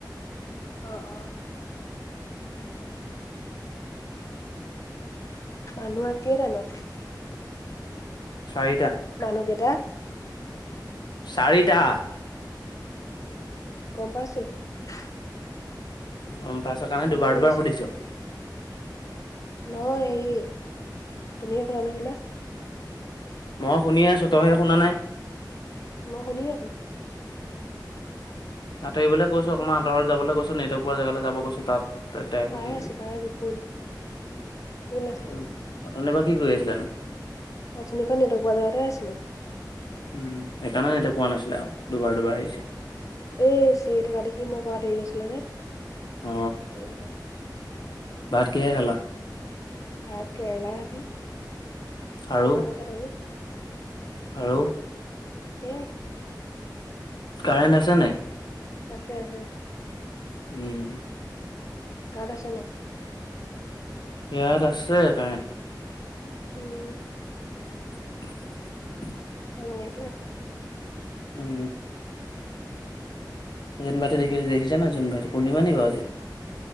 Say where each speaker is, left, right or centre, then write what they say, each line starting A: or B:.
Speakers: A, on the left (about 45°); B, on the left (about 75°).
A: অ-অ মানুহ আ কেইটা নো
B: চাৰিটা
A: মানুহকেইটা <unintelligible>
B: চাৰিটা
A: গম পাইছোঁ <unintelligible>
B: গম পাইছা কাৰণে দুবাৰ-দুবাৰ
A: আছো
B: সুধিছ <unintelligible>
A: নহয় হেৰি তুমিয়ে শুনা নাছিলা <unintelligible>
B: মই শুনি আছো তইহে শুনা নাই <unintelligible>
A: মই শুনি আছো
B: আঁতৰিবলৈ কৈছো অকণমান আঁতৰৰত যাবলৈ কৈছো নেট পোৱা জেগালৈ যাব কৈছো তাত <unintelligible> ত ত
A: পাই
B: হৈ
A: আছো
B: গ
A: পাই আছো ফুল ফুল আছে
B: ফোন <unintelligible> অথনিৰ পৰা কি কৰি আছিলা নো? <unintelligible>
A: অথনিৰ পৰা নেটক পোৱা জেগাতে আছিলোঁ।
B: উম সেইকাৰণে এতিয়া পোৱা নাছিলে আৰু দুবাৰ-দুবাৰ আহিছিল
A: এই চিঞৰি থকা দেখি মোৰ পৰা আঁতৰি গৈছিলে যে
B: অ ভাত কিহে খালা?
A: ভাত কেৰেলা ভাজি
B: আৰু
A: পখটা চাটনি
B: আৰু
A: সেয়াই
B: কাৰেণ্ট আছে নাই
A: আছে-আছে
B: উম
A: তাত আছে নাই
B: ইয়াত আছে কাৰেন্ট
A: উম
B: <unintelligible>
A: আমাৰ ইয়াতো আছে
B: উম জোনবাইটো
A: উম
B: দেখিছা নাই জোনবাই পূৰ্ণিমা নি বাও আজি